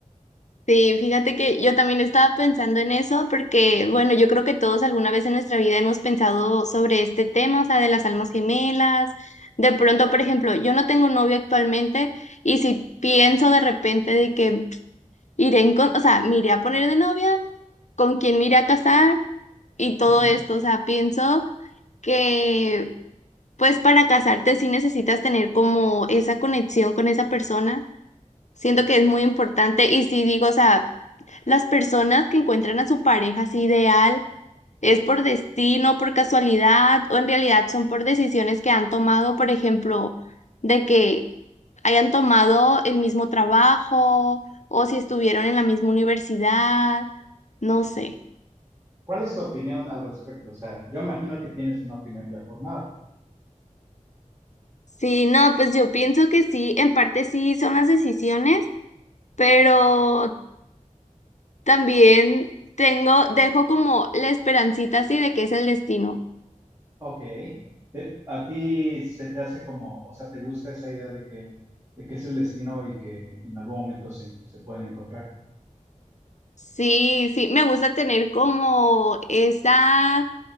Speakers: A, on the left; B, on the right.
A: Sí, fíjate que yo también estaba pensando en eso porque, bueno, yo creo que todos alguna vez en nuestra vida hemos pensado sobre este tema, o sea, de las almas gemelas. De pronto, por ejemplo, yo no tengo novio actualmente y si pienso de repente de que iré en, o sea, me iré a poner de novia, con quién me iré a casar y todo
B: Uh -huh.
A: esto, o sea, pienso que pues para casarte sí necesitas tener como esa conexión con esa persona. Siento que es muy importante y sí digo, o sea, las personas que encuentran a su pareja así ideal, ¿es por destino, por casualidad o en realidad son por decisiones que han tomado, por ejemplo, de que hayan tomado el mismo trabajo o si estuvieron en la misma universidad? No sé.
B: ¿Cuál es tu opinión al respecto? O sea, yo imagino que tienes una opinión ya formada.
A: Sí, no, pues yo pienso que sí, en parte sí son las decisiones, pero también tengo, dejo como la esperancita así de que es el destino.
B: Ok. Te- ¿A ti se te hace como, o sea, te gusta esa idea de que, de que es el destino y que en algún momento se, se pueden encontrar?
A: Sí, sí, me gusta tener como esa